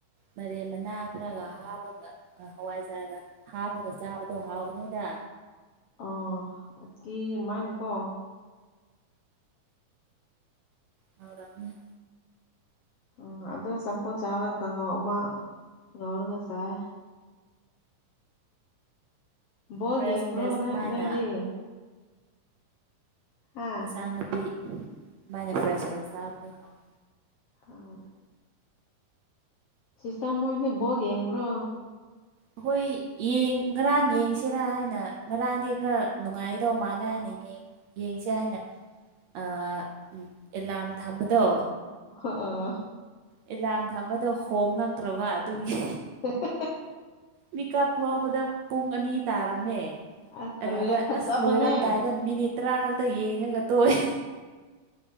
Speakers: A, on the right; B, on the left.
A: ꯃꯥꯏꯔꯦꯜ ꯃꯅꯥ ꯈꯔꯒ ꯍꯥꯞꯄꯒ ꯑꯥ ꯍꯋꯥꯏꯖꯥꯔꯒ ꯍꯥꯞꯄꯒ ꯆꯥꯕꯗꯣ ꯍꯥꯎꯕꯅꯤꯗ
B: ꯑ ꯎꯇꯤ ꯑꯃꯥꯏꯅꯀꯣ
A: ꯍꯥꯎꯔꯝꯅꯤ
B: ꯎꯝ ꯑꯗꯣ ꯆꯝꯐꯨꯠ ꯆꯥꯔꯒ ꯀꯥꯡꯉꯥꯎ ꯑꯃ ꯉꯥꯎꯔꯒ ꯆꯥꯏ ꯕꯣꯜ
A: ꯐ꯭ꯔꯦꯁ
B: ꯌꯦꯡꯕ꯭ꯔꯣ
A: ꯐ꯭ꯔꯦꯁ ꯁꯨꯃꯥꯏꯅ
B: ꯅꯣꯏꯗꯤ ꯍꯥ
A: ꯏꯟꯁꯥꯡ ꯅꯥꯄꯤ ꯑꯗꯨꯃꯥꯏꯅ ꯐ꯭ꯔꯦꯁ ꯐ꯭ꯔꯦꯁ ꯆꯥꯕꯗꯣ ꯍꯥꯎꯋꯤ
B: ꯑꯥ ꯁꯤꯁꯇꯔ ꯅꯣꯏꯗꯤ ꯕꯣꯜ ꯌꯦꯡꯕ꯭ꯔꯣ
A: ꯑꯩꯈꯣꯏ ꯌꯦꯡ ꯉꯔꯥꯡ ꯌꯦꯡꯁꯤꯔꯥ ꯍꯥꯏꯅ ꯉꯔꯥꯡꯗꯤ ꯈꯔ ꯅꯨꯡꯉꯥꯏꯒꯗꯧ ꯃꯥꯜꯂꯦ ꯍꯥꯏꯅ ꯌꯦꯡꯉꯦ ꯌꯦꯡꯁꯦ ꯍꯥꯏꯅ ꯑꯥ ꯑꯦꯂꯥꯔꯝ ꯊꯝꯕꯗꯣ
B: ꯍꯑꯥ
A: ꯑꯦꯂꯥꯔꯝ ꯊꯝꯕꯗꯣ ꯈꯣꯡꯂꯛꯇ꯭ꯔꯕ ꯑꯗꯨꯒꯤ
B: ꯍꯣꯏ <unintelligible>
A: ꯃꯤꯠꯀꯞ ꯊꯣꯛꯕꯗ ꯄꯨꯡ ꯑꯅꯤ ꯇꯥꯔꯝꯃꯦ
B: ꯑꯁ
A: ꯑꯗꯨꯗ
B: ꯂꯣꯏꯔꯦ ꯐꯖꯕꯅꯦ
A: ꯑꯁ ꯂꯣꯏꯔꯝꯗꯥꯏꯗ ꯃꯤꯅꯤꯠ ꯇꯔꯥ ꯈꯛꯇ ꯌꯦꯡꯉꯒ ꯇꯣꯛꯑꯦ